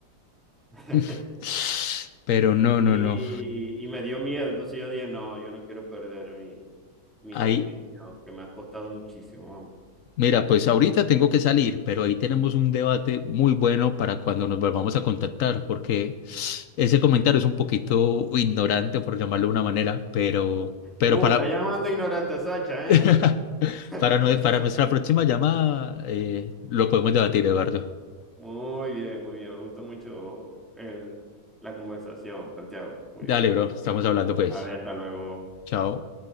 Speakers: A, in the centre; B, on the left.
A: <laughs>
B: <sighs> pero no, no,
A: y,
B: no.
A: y me dio miedo. Entonces yo dije, no, yo no quiero perder mi, mi
B: Ahí,
A: definición, que me ha costado muchísimo, vamos.
B: mira, pues ahorita tengo que salir, pero ahí tenemos un debate muy bueno para cuando nos volvamos a contactar, porque <sighs> ese comentario es un poquito ignorante, por llamarlo de una manera, pero, pero
A: Uh,
B: para,
A: está llamando ignorante a Sacha,
B: <laughs>
A: ¿eh? <laughs>
B: Para, nue- para nuestra próxima llamada, eh, lo podemos debatir, Eduardo.
A: Muy bien, muy bien. Me gustó mucho el, la conversación, Santiago. Muy
B: Dale,
A: bien.
B: bro, estamos hablando pues.
A: Vale, hasta luego.
B: Chao.